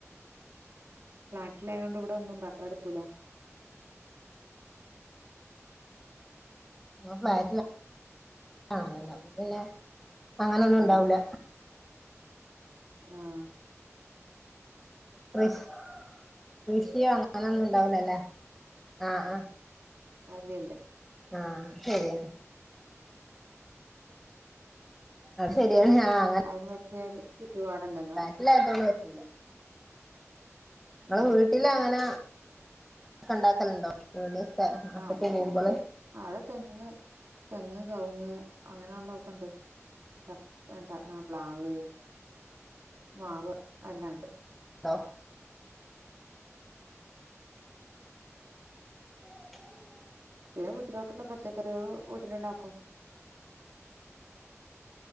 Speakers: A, on the right; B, in the centre.
A: ഫ്ളാറ്റിലായത കൊണ്ട് ഇവിടെ ഒന്നുംണ്ടാക്കല് നടക്കൂല
B: ഞങ്ങൾ ഫ്ലാറ്റിലാണല്ലോ അപ്പം പിന്നെ അങ്ങനന്നുണ്ടാവൂല.
A: ആഹ് ആഹ്.
B: കൃഷ് കൃഷി അങ്ങനൊന്നു ണ്ടാവൂല ലേ ആഹ് അഹ്.
A: അല്ലല്ല.
B: ആഹ് ശര്യന്നെ. അത് ശര്യാണ് ആഹ്. അങ്ങനെ
A: അയ്ന് പറ്റ്യരു ചുറ്റുപാടല്ലല്ലോ.
B: ഇല്ല അതൊാണ് വച്ചില്ല ങ്ങള്
A: ഉം
B: വീട്ടിലങ്ങന ക്കണ്ടാക്കലുണ്ടോ വീട് സ്ത നാട്ട്ക്ക്
A: ആഹ് അവിടെ
B: പോകുമ്പള്.
A: തെ അവിടെ തെങ്ങ് തെങ്ങ് കവങ്ങ് അങ്ങനെയള്ള ഒക്കെ ഉണ്ട് ച ച ചവ പ്ലാവ് മാവ് എല്ലാണ്ട്.
B: ട്ടൊ. <inaudible>
A: പിന്നെ വീട്ടിലോട്ടുള്ള പച്ചക്കറികൾ വീട്ടിലുണ്ടാക്കും.